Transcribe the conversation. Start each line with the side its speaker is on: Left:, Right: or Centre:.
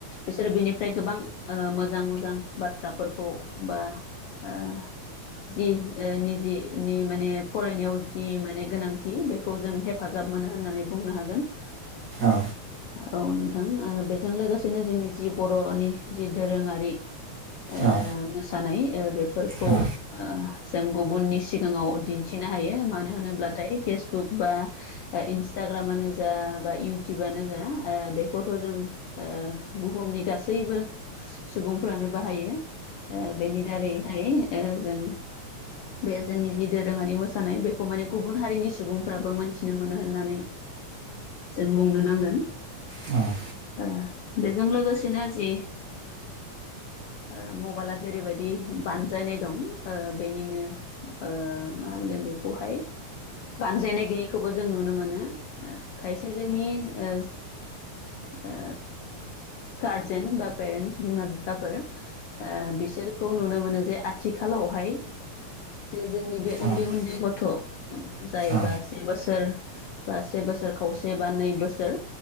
Left: बिसोरो बिनिफ्राय गोबां ओ मोजां मोजां बाथ्राफोरखौ बा ओ जि ओ निजि नि माने फरायनायाव जि माने गोनांथि बे खौ जों हेफाजाब मोनो होननानै बुंनो हागोन
Right: औ
Left: औ नोंथां ओ बेजों लोगोसेनो जोंनि जि बर'नि जि दोरोङारि ओ
Right: औ
Left: मोसानाय ओ बेफोरखौ
Right: औ
Left: ओ जों गुबुननि सिगाङाव दिन्थिनो हायो मानो होनोब्लाथाय फेसबुक बा ओ इन्सटाग्रामानो जा बा इउटुबानो ओ ओ बेखौथ' जों ओ बुहुमनि गासैबो सुबुंफ्रानो बाहायो ओ बेनि दारैहाय ओ जों बे जोंनि जि दोरोङारि मोसानाय बेखौ माने गुबुन हारिनि सुबुंफ्राबो मोनथिनो मोनो होननानै जों बुंनो नांगोन
Right: उम
Left: ओ बेजों लोगोसेनो जि ओ मबाइला जेरैबायदि बानजायनाय दं ओ बेनिनो ओ मा होनगोन बेखौहाय बानजायनाय गैयैखौबो जों नुनो मोनो ओ खायसे जोंनि ओ ओ गारजेन बा पेरेन्टस बिमा बिफाफोर ओ बिसोरखौ नुनो मोनो जे आथिखालावहाय जे जोंनि बे उन्दै
Right: औ
Left: उन्दै गथ' जायोबा
Right: औ
Left: से बोसोर बा से बोसोर खावसे बा नै बोसोर